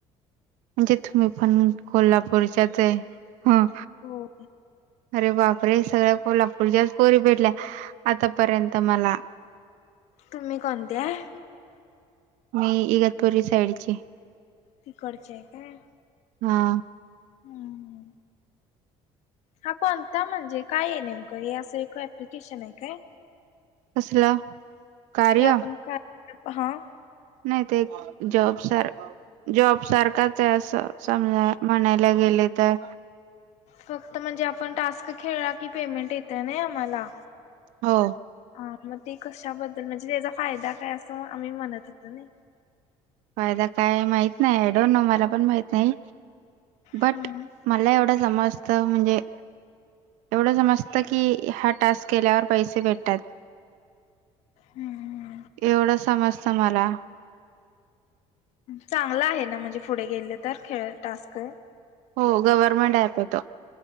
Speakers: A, on the right (about 85°); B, on the left (about 65°).
A: म्हणजे तुम्हीपण कोल्हापूरच्याच हाय? ह,
B: हो.
A: अरे बापरे सगळं कोल्हापूरच्याच पोरी भेटल्या, आतापर्यंत मला.
B: तुम्ही कोणत्या हाय?
A: मी इगतपुरी साईडची.
B: तिकडचे हाय काय?
A: हा.
B: हम्म हा कोणता म्हणजे काय हे नेमकं, हे असं एक अप्लिकेशन हाय काय?
A: कसलं, कार्य?
B: हे आपण काय हा
A: नाही, ते एक जॉब सार जॉब सारखाच आहे असं समजा, म्हणायला गेले तर.
B: फक्त म्हणजे आपण टास्क खेळला, की पेमेंट येतंय नाय आम्हाला.
A: हो
B: हा, मग ते कशाबद्दल म्हणजे त्याचा फायदा काय? असं आम्ही म्हणत हुतो नाय.
A: फायदा काय माहित नाही. आय डोन्ट नो, मलापण माहित नाही. बट
B: हम्म
A: मला एवढा समज तं म्हणजे एवढं समजतं, की हा टास्क केल्यावर पैसे भेटतात.
B: हम्म.
A: एवढं समजतं मला.
B: चांगलं आहे ना, म्हणजे पुढे गेलं तर खेळ टास्क?
A: हो गव्हर्नमेंट ऍप आहे तो.